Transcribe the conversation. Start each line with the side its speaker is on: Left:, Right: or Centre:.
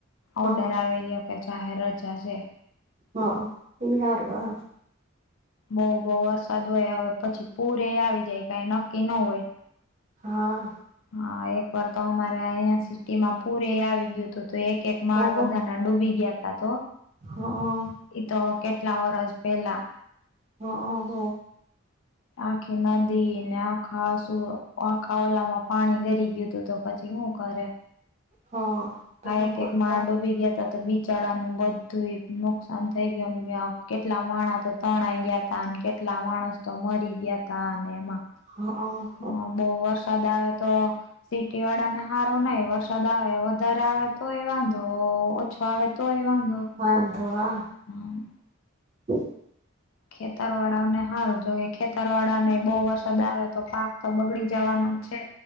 Right: હા
Left: ઓર્ડર આવી ગયો કે જાહેર રજા છે.
Right: હા ઈ હાર હે.
Left: બહુ બહુ વરસાદ હોય હવે પછી પૂરે આવી જાય કઈ નક્કી ન હોય.
Right: હા.
Left: હા એક વાર તો અમારે અહિયાં સિટી માં પૂરે આવી ગયું હતું તો એક એક માળ
Right: ઓહો
Left: બધાના ડૂબી ગયા તા તો
Right: હા
Left: એ તો કેટલા વરષ પેલા
Right: હાક હ.
Left: આખી નદી ને આખા શું આખા ઓલામાં પાણી ગરી ગયું હતું તો પછી શું કરે,
Right: હા તમે
Left: એક
Right: કરવા
Left: એક માર ડૂબી ગયા તા તો બિચારાનું બધું નુકસાન થઈ ગયુંને કેટલા માણા તો તણાઈ ગયા તા અને કેટલા માણસ તો મરી ગયા તા અને એમાં
Right: હાક.
Left: હા બહુ વરસાદ આવે તો સીટી વાળા ને સારો નહ વરસાદ આવે વધારે આવે તો એ વાંધ છ તોય વાંધો.
Right: આંધવા.
Left: હમ્મ.
Right: હમ
Left: ખેતરવાળાઓને હારું જો કે ખેતરવાળાને બહુ વરસાદ આવે તો પાક તો બગડી જાવાનું છે.